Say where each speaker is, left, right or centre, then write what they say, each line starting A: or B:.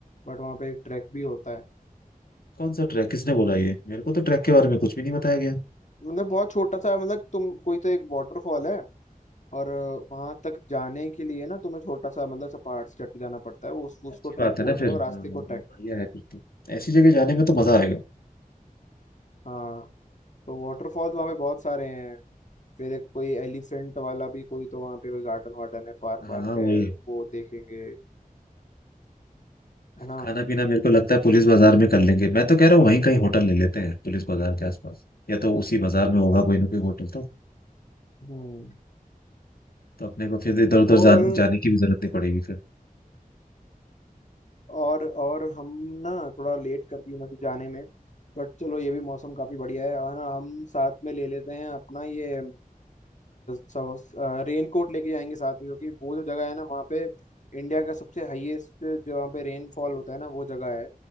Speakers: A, on the left; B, on the left.
A: बट वहाँ पे एक ट्रैक भी होता है
B: कौन सा ट्रैक किसने बोला ये मेरे को तो ट्रैक के बारे में कुछ भी नहीं बताया गया
A: मतलब बहुत छोटा सा मतलब तुम कोई तो एक वाटरफॉल है और वहां तक जाने के लिए ना तुम्हें छोटा सा मतलब सा पहाड़ से चढ़ के जाना पड़ता है उस
B: अच्छी
A: उसको ट्रैक
B: बात
A: बोल
B: है ना
A: रहे
B: फिर
A: हैं और रास्ते
B: हाँ
A: को
B: हाँ,
A: ट्रैक
B: बढ़िया है फिर तो ऐसी जगह जाने में तो
A: हम्म,
B: मजा आएगा
A: हाँ तो वाटरफॉल्स वहाँ पे बहुत सारे हैं फिर एक कोई एलिफेंट वाला भी कोई तो वहाँ पे कोई गार्डन वार्डन है पार्क
B: हाँ
A: वार्क
B: वही
A: है वो देखेंगे है ना
B: खाना पीना मेरे को लगता है पुलिस बाजार में कर लेंगे मैं तो कह रहा हूँ वहीं कहीं होटल ले लेते हैं पुलिस बाजार के आसपास या तो उसी बाजार में होगा कोई ना कोई होटल तो
A: हम्म
B: तो अपने को फिर इधर उधर
A: और
B: जान, जाने की भी जरूरत नहीं पड़ेगी फिर
A: और और हम ना थोड़ा लेट कर दिए मतलब जाने में बट चलो ये भी मौसम काफी बढ़िया है और है ना हम साथ में ले लेते हैं अपना ये सब रेनकोट लेके जाएंगे साथ में क्योंकि वो जो जगह है ना वहाँ पे इंडिया का सबसे हाईएस्ट जो वहाँ पे रेनफॉल होता है ना वो जगह है